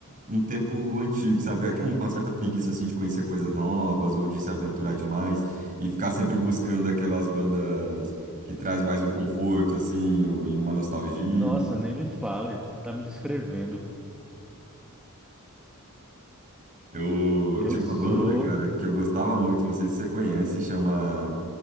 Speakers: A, on the right (about 35°); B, in the centre.
A: um tempo antigo, sabe? Aquela uma certa preguiça, assim, de conhecer coisas novas ou de se aventurar demais e ficar sempre buscando aquelas bandas que trazem mais um conforto, assim, ou- e uma nostalgia.
B: Nossa, nem me fale. Você tá me descrevendo.
A: Eu
B: Eu
A: tinha
B: sou.
A: uma banda, cara, que eu gostava muito, não sei se você conhece, chama